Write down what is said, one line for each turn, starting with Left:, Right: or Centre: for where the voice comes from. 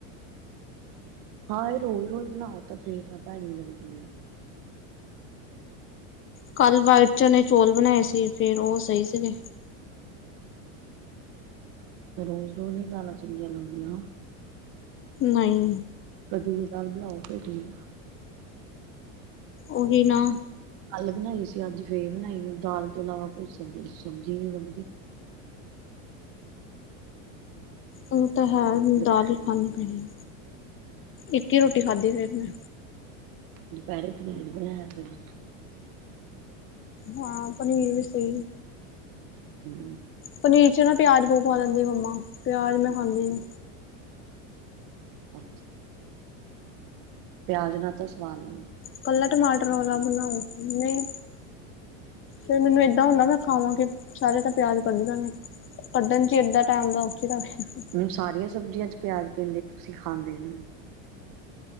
Right: ਹਾਂ ਇਹ ਰੋਜ਼- ਰੋਜ਼ ਬਣਾਓ ਤਾਂ ਫੇਰ ਤਾਂ ਭੈੜੀ ਲੱਗਦੀ ਏ।
Left: ਕੱਲ ਵਾਈਟ -ਚਨੇ, ਚੌਲ ਬਣਾਏ ਸੀ, ਫੇਰ ਉਹ ਸਹੀ ਸੀਗੇ।
Right: ਰੋਜ਼- ਰੋਜ਼ ਨੀ ਦਾਲਾਂ ਚੰਗੀਆਂ ਲੱਗਦੀਆਂ।
Left: ਨਹੀਂ।
Right: ਕੱਦੂ ਦੀ ਦਾਲ ਬਣਾਓ ਫੇਰ ਠੀਕ ਆ।
Left: ਓਹੀ ਨਾ।
Right: ਅੱਲ ਬਣਾਈ ਸੀ ਅੱਜ ਫੇਰ ਬਣਾਈ, ਦਾਲ ਤੋਂ ਇਲਾਵਾ ਕੋਈ ਸਬ ਸਬਜ਼ੀ ਨਹੀਂ ਲੱਭਦੀ।
Left: ਉਹ ਤਾਂ ਹੈ
Right: ਦੁਪਹਿ
Left: ਦਾਲ ਹੀ ਖਾਣੀ ਪੈਣੀ, ਇੱਕ ਹੀ ਰੋਟੀ ਖਾਧੀ ਫਿਰ ਮੈਂ।
Right: ਦੁਪਹਿਰੇ ਪਨੀਰ ਬਣਾਇਆ ਸੀਗਾ।
Left: ਹਾਂ ਪਨੀਰ ਵੀ ਸੀ।
Right: ਹੂ
Left: ਪਨੀਰ ਚ ਨਾ ਪਿਆਜ ਬਹੁਤ ਪਾ ਦਿੰਦੀ ਆ ਮੰਮਾ, ਪਿਆਜ ਮੈਂ ਖਾਂਦੀ ਨੀ।
Right: ਅੱਛਾ। ਪਿਆਜ ਨਾਲ ਤਾਂ ਸਵਾਦ ਆਉਂਦਾ।
Left: ਇਕੱਲਾ ਟਮਾਟਰ ਵਾਲਾ ਬਣਾਓ, ਨਹੀਂ। ਫੇਰ ਮੈਨੂੰ ਏਦਾਂ ਹੁੰਦਾ ਮੈਂ ਖਾਵਾਂ ਕੀ, ਸਾਰੇ ਤਾ ਪਿਆਜ ਕੱਢ ਦੇਣੇ। ਕੱਢਣ ਚ ਅੱਧਾ ਟਾਈਮ ਦਾ ਉਥੇ ਲੱਗ ਜਾਂਦਾ।
Right: ਹੁਣ ਸਾਰੀਆਂ ਸਬਜ਼ੀਆਂ ਚ ਪਿਆਜ ਪੈਂਦੇ ਤੁਸੀਂ ਖਾਂਦੇ ਨੀ।